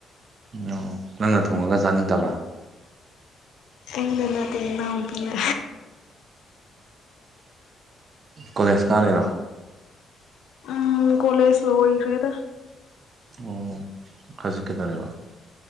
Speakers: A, on the right; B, on the left.
A: ꯑꯣ ꯅꯪꯅ ꯊꯣꯡꯉꯒ ꯆꯥꯅꯤꯡꯗꯕ
B: ꯑꯩꯅ ꯅꯥꯇꯩ ꯏꯅꯥꯎꯇꯅ
A: ꯀꯣꯂꯦꯖ ꯀꯥ ꯂꯩꯔꯣ
B: ꯎꯝ ꯀꯣꯂ ꯁꯂꯣ ꯐꯦꯗ
A: ꯎ ꯍꯧꯖꯤꯀꯦꯗꯔꯑ